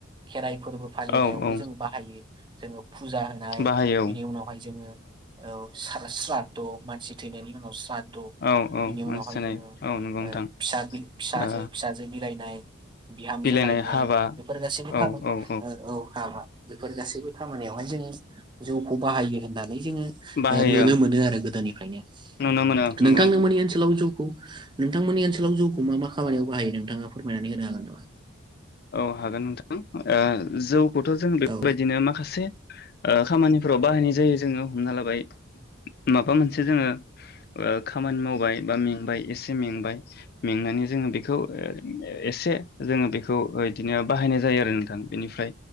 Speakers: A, on the right; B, on the left.
A: खेराइ फोरबो फालिनायावबो
B: औ औ
A: जों बाहायो <unintelligible> फुजा होनाय
B: बाहायो
A: बिनि उनावहाय जोङो औ स्रा-स्राद्ध' मानसि थैनायनि उनाव स्राद्ध' बिनि
B: औ औ
A: उनावहाय
B: मानसि थैनाय
A: जोङो ओ
B: औ नंगौ नोंथां
A: फिसागि
B: ओ
A: फिसाजो बिलाइनाय बिहामजो
B: बिलाइनाय
A: लायनाय
B: हाबा
A: बेफोर गासैबोखामोन
B: औ औ
A: औ हाबा बेफोर गासैबो खामानियावहाय जों जौखौ बाहायो होननानै जोङो
B: बाहायो
A: ओ नुनो मोनो आरो गोदोनि फ्रायनो
B: नुनो मोनो नंगौ
A: नोंथांनोमोननि
B: नोंथां
A: ओनसोलाव जौ खौ नोंथांमोननि ओनसोलाव जौखौ मा मा खामानियाव बाहायो नोंथाङा फोरमायनानै होनो हागोन नामा
B: औ हागोन नोंथां ओ जौ खौथ' जों बेबायदिनो
A: औ
B: माखासे ओ खामानिफोराव बाहायनाय जायो जोङो हमना लाबाय माबा मोनसे जोङो ओ खामानि मावबाय बा मेंबाय एसे मेंबाय मेंनानै जों बे बेखौ ए-एसे जोङो बे बेखौ इदिनो बाहायनाय जायो आरो नोंथां बेनिफ्राय